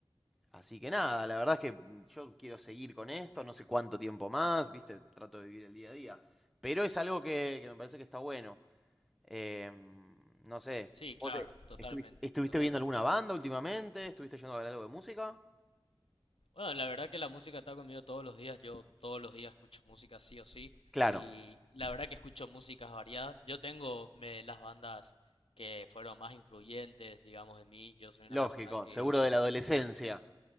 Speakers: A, in the centre; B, on the left (about 85°).
A: así que nada, la verdad es que yo quiero seguir con esto, no sé cuánto tiempo más, viste, trato de vivir el día a día. Pero es algo que, que me parece que está bueno. Em, no sé,
B: Sí, claro,
A: vos, eh,
B: totalmente,
A: estuvi- ¿estuviste
B: totalmente.
A: viendo alguna banda últimamente? ¿Estuviste yendo a ver algo de música?
B: Bueno, la verdad que la música está conmigo todos los días, yo todos los días escucho música sí o sí,
A: Claro,
B: y la verdad que escucho músicas variadas. Yo tengo me- las bandas que fueron más influyentes, digamos, en mí. Yo soy una
A: lógico,
B: persona que
A: seguro de la adolescencia.